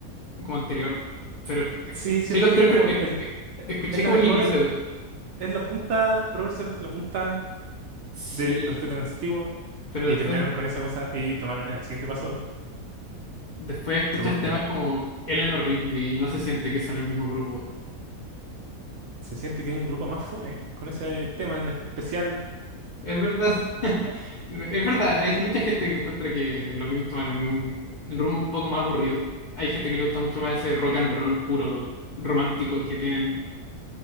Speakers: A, on the left; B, on the right.
A: como anterior, pero es- e-
B: Sí,
A: escucháis
B: siento
A: los
B: que
A: tres,
B: es como
A: pri- e-
B: el,
A: e-
B: e-
A: escucháis
B: es la
A: como
B: mejor,
A: el inicio,
B: es la punta, Robert Soul es la punta
A: sí,
B: de los Beatles antiguos
A: pero
B: y
A: después,
B: terminaron con esa cosa y tomaron el siguiente paso,
A: después escuchas
B: Revolver
A: temas como Eleanor Rigby y no se siente que son el mismo grupo.
B: se siente que es un grupo más fome con ese tema en especial,
A: Es verdad. <laughs> Es verdad, hay mucha gente que encuentra que los Beatles tomaron un rumbo un poco más aburrido. Hay gente que le gusta mucho más ese rock and roll puro romántico que tienen.